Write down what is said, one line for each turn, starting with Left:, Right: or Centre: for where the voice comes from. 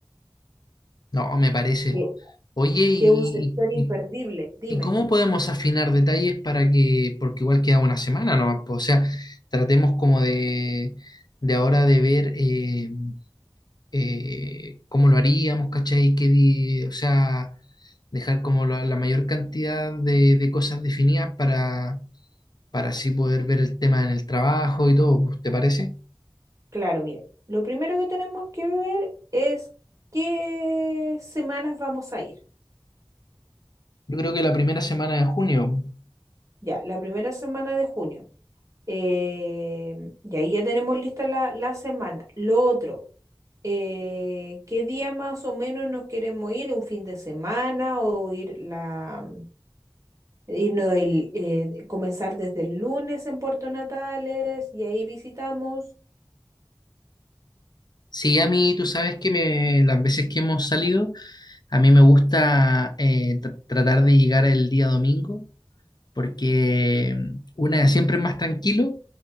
Left: No, me parece.
Right: que,
Left: Oye, ¿y,
Right: que es un sector imperdible.
Left: y,
Right: Dime.
Left: y cómo podemos afinar detalles para que, porque igual queda una semana nomás, po, o sea, tratemos como de, de ahora de ver... eh, eh, cómo lo haríamos, ¿cachai? ¿Qué di- o sea, dejar como la, la mayor cantidad de, de cosas definidas para, para así poder ver el tema en el trabajo y todo, pues, ¿te parece?
Right: Claro, mira, lo primero que tenemos que ver es qué semanas vamos a ir.
Left: Yo creo que la primera semana de junio.
Right: Ya, la primera semana de junio. Eh, y ahí ya tenemos lista la, la semana. Lo otro, eh, ¿qué día más o menos nos queremos ir? ¿Un fin de semana o ir la, irnos el, eh, comenzar desde el lunes en Puerto Natales y ahí visitamos?
Left: Sí, a mí, tú sabes que me, las veces que hemos salido, a mí me gusta eh, tr- tratar de llegar el día domingo, porque una siempre es más tranquilo